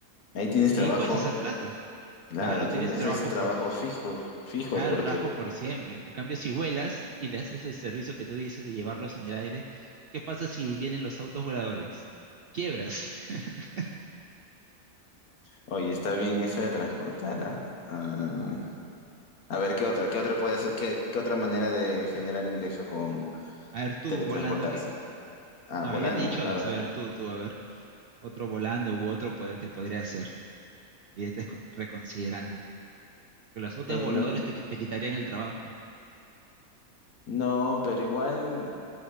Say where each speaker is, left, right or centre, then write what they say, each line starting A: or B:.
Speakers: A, on the left; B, on the right.
A: ahí tienes
B: Y
A: trabajo,
B: ahí puedes hacer plata.
A: claro,
B: Claro,
A: tienes
B: tienes trabajo
A: ese, ese trabajo
B: por,
A: fijo, fijo,
B: claro,
A: porque,
B: trabajo por siempre. En cambio, si vuelas y le haces el servicio que tú dices de llevarlos en el aire, ¿qué pasa si vienen los autos voladores? Quiebras. <laughs>
A: oye, está bien esa de transportar, ¿ah? Ah, a ver, ¿qué otra? ¿Qué otra puede ser? ¿Qué, qué otra manera de generar ingreso con
B: A ver, tú
A: teletransportarse?
B: volando que...
A: Ah,
B: No,
A: volando.
B: yo te he dicho
A: Ah,
B: dos.
A: va.
B: A ver, tú, tú, a ver. Otro volando u otro poder que podría hacer. Y ya estés co- reconsiderando. Que los autos
A: En-
B: voladores te, qui- te quitarían el trabajo.
A: No, pero igual